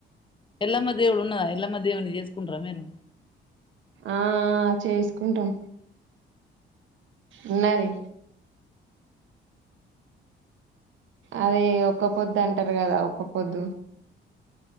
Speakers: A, on the left (about 25°); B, on the right (about 75°).
A: ఎల్లమ్మ దేవుడున్నద ఎలామ దేవుణ్ణి చేసుకుంటరా మీరు
B: ఆ అ చేసుకుంటాం ఉన్నది అదే ఒక్క పొద్దు అంటారు కదా ఒక్క పొద్దు